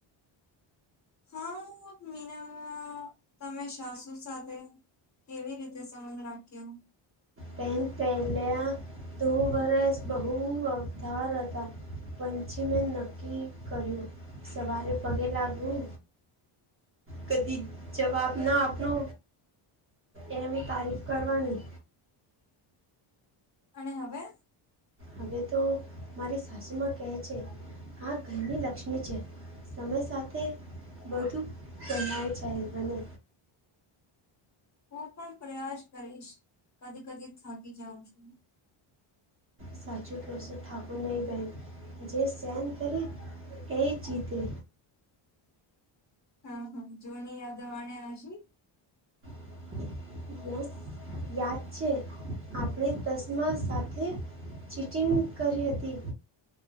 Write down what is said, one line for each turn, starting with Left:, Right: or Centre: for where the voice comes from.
Left: હા મીના તમે સાસુ સાથે કેવી રીતે સંબંધ રાખ્યો?
Right: પેહલ પહેલા દો વરસ બહુ વધાર હતા. પંચમે નક્કી કર્યું સવારે પગે લાગવું. કદી જવાબ ના આપનો. એમની તારીફ કરવાની.
Left: અને હવે?
Right: હવે તો મારી સાસુ માં કહે છે આ ઘરની લક્ષ્મી છે. સમય સાથે બધું કહેવાય જાહે બને.
Left: હું પણ પ્રયાસ કરીશ કદી કદી થકી જાઉં છું.
Right: સાચું કેસ ઠાકુર નહી બેન. જે સહન કરે એઈ જીતે.
Left: હા હા જોની આદવાને પછી?
Right: <inaudible> યસ યાદ છે આપણે ચશમા સાથે ચીટિંગ કરી હતી.